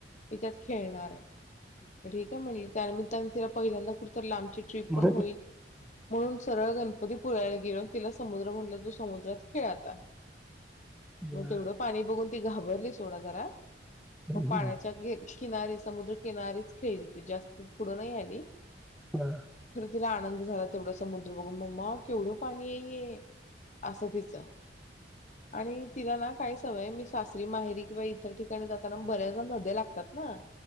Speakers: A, on the left; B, in the centre.
A: मी त्यात खेळणार आहे. ठीक आहे म्हणली. त्या निमित्ताने तिला पहिल्यांदा कुठ तरी लांब ची ट्रिप
B: मग
A: पण होईल. म्हणून सरळ गणपती पुळ्याला गेलो तिला समुद्र म्हणलंस समुद्रात खेळ आता
B: वा.
A: मग तेवढं पाणी बघून ती घाबरली सोडा जरा
B: हम्म,
A: हो पाण्याच्या घे किनारी समुद्रकिनारीच खेळली ती जास्त पुढं नाही आली.
B: हां.
A: खर तिला आनंद झाला तेवढा समुद्र बघून मम्मा केवढं पाणी आहे हे, असं तिचं आणि तिला ना काय सवय मी सासरी माहेरी किंवा इतर ठिकाणी जाताना बऱ्याचदा नद्या लागतात ना